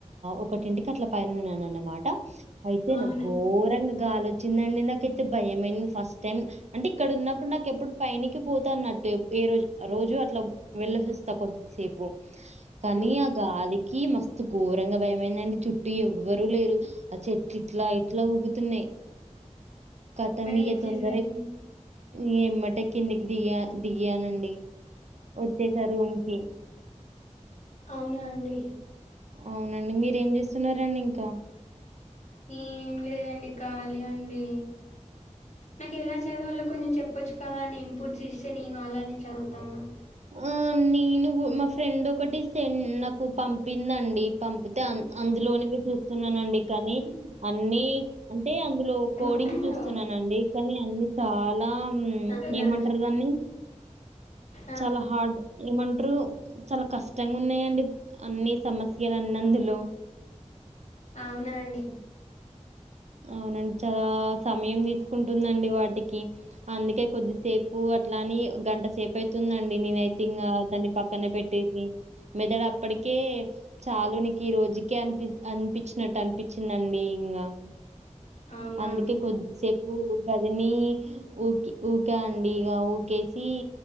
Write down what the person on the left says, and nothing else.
అవునా?
అవునా?
మరి ఏం
చేశారండి?
అవునా అండి
ఏమి లేదండి ఖళీ అండి నాకు ఎలా చదవాలో కొంచెం చెప్పొచ్చు కదా అం ఇన్పుట్స్ ఇస్తే నేను అలానే చదువుతాను
అవునా?
అవునా?
ఆ
అవునా అండి
అవునా?